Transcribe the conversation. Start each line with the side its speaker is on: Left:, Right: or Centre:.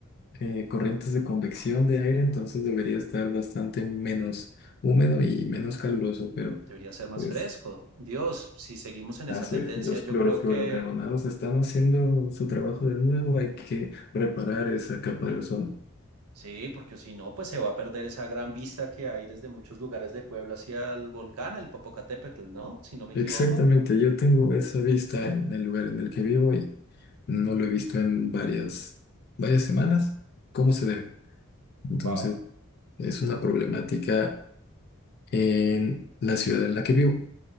Left: eh, corrientes de convección de aire, entonces debería estar bastante menos húmedo y menos caluroso, pero...
Right: Debería ser más
Left: Pues
Right: fresco. Dios, si seguimos en esa
Left: Así
Right: tendencia,
Left: es, los
Right: yo
Left: clorofluorocarbonados
Right: creo que
Left: están haciendo su trabajo de nuevo, hay que reparar esa capa de ozono.
Right: Sí, porque si no, pues se va a perder esa gran vista que hay desde muchos lugares de Puebla hacia el volcán, el Popocatépetl, ¿no? Si no me equivoco.
Left: Exactamente, yo tengo esa vista en el lugar en el que vivo y no lo he visto en varias, varias semanas, ¿cómo se debe? Entonces,
Right: Wow.
Left: es una problemática en la ciudad en la que vivo.